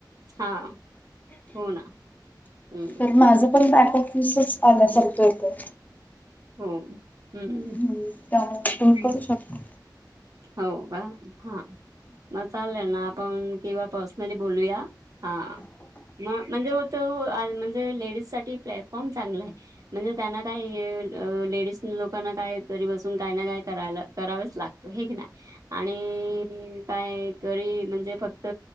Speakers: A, on the right; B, on the left.
A: हा हो ना. हं.
B: तर माझं पण बॅक ऑफिसच आल्यासारखं होतंय.
A: हो हम्म
B: हम्म त्यामुळे तुम्ही
A: हम्म.
B: करू शकता.
A: हो का? हा मग चाललंय ना पण किंवा पर्सनली बोलूया हा. मग म्हणजे तो आहे म्हणजे लेडीजसाठी प्लॅटफॉर्म चांगला आहे. म्हणजे त्यांना काही हे अ लेडीज लोकांना काय तरी बसून काही ना काय करायला करावच लागतं हे की नाही. आणि काय तरी म्हणजे फक्त